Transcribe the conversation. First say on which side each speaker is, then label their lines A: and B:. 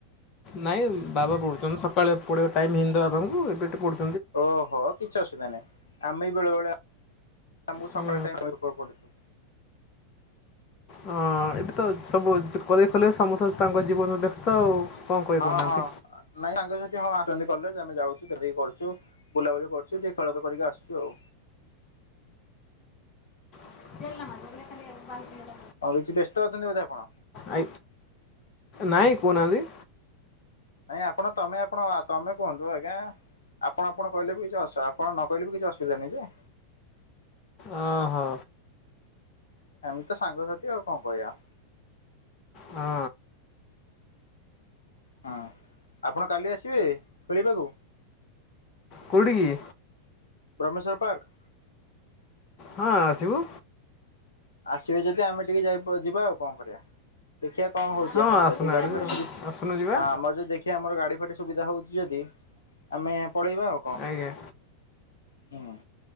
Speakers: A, on the left (about 35°); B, on the left (about 70°).
A: ନାଇଁ ବାବା ପଢୁଛନ୍ତି ସକାଳେ ପଢେଇ ଟାଇମ ହେଇ ବାବାଙ୍କୁ ଏବେ ପଢୁ
B: ଓହୋ କିଛି ଅସୁବିଧା ନାହିଁ ଆମେ ବି ବେଳେ ବେଳେ ଏହା ମୁଁ
A: ହୁଁ
B: ସକାଳ ଟାଇମ ଉପରେ ପଢିଛୁ।
A: ହଁ ଏବେ ତ ସବୁ କଲେଜ ଫଲେଜ ସମସ୍ତେ ତାଙ୍କ ଜୀବନ ବ୍ୟସ୍ତ ଆଉ। କଣ କହିବେ
B: ହଁ
A: କହୁନାହାନ୍ତି।
B: ହଁ ନାଇଁ ସାଙ୍ଗସାଥି ହଁ ଛନ୍ତି କଲେଜ ଆମେ ଯାଉଚୁ ଦେଖା ଦେଖି କରୁଚୁ ବୁଲାବୁଲି କରୁଛୁ ଟିକେ ଖେଳ କରିକି ଆସୁଛୁ ଆଉ।
A: <unintelligible>
B: ହଉ କିଛି ବ୍ୟସ୍ତ ଅଛନ୍ତି ବୋଧେ ଆପଣ?
A: ଆ ନାଇଁ କହୁନାହାନ୍ତି।
B: ନାଇଁ ଆପଣ ତମେ ଆପଣ ତମେ କୁହନ୍ତୁ ଆଜ୍ଞା ଆପଣ ଆପଣ କହିଲେ ବି ଜସ ଆପଣ ନ କହିଲେ ବି କିଛି ଅସୁବିଧା ନାହିଁ ଯେ
A: ଓ ହୋ।
B: ଏମିତି ତ ସାଙ୍ଗସାଥି ଆଉ କଣ କରିବା।
A: ହଁ।
B: ହଁ ଆପଣ କାଲି ଆସିବେ ଖେଳିବାକୁ?
A: କଉଠିକି?
B: ବ୍ରହ୍ମେସ୍ୱର୍ ପାର୍କ?
A: ହଁ ଆସିବୁ।
B: ଆସିବେ ଯଦି ଆମେ ଟିକେ ଯାଇ ପ ଯିବା ଆଉ କଣ କରିବା। ଦେଖିବା କଣ ହଉଛି
A: ହଁ
B: ଆମର।
A: ଆସୁନାହାନ୍ତି
B: ଯଦି ଗାଡି ଫାଡି ସୁବି
A: ଆସୁନୁ ଯିବା
B: ଆମର ଯଦି ଦେଖିବା ଆମର ଗାଡି ଫାଡି ସୁବିଧା ହଉଛି ଯଦି ଆମେ ପଳେଇବା ଆଉ କଣ।
A: ଆଜ୍ଞା।
B: ହୁଁ